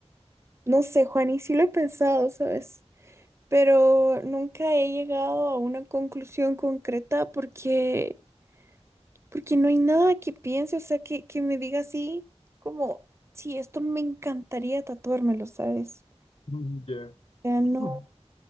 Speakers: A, on the right; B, on the left.
A: no sé, Juan, y sí lo he pensado, ¿sabes? Pero nunca he llegado a una conclusión concreta porque, porque no hay nada que piense, o sea, que, que me diga así, como, sí, esto me encantaría tatuármelo, ¿sabes?
B: Mm, Ya.
A: O sea,
B: <clears throat>
A: no,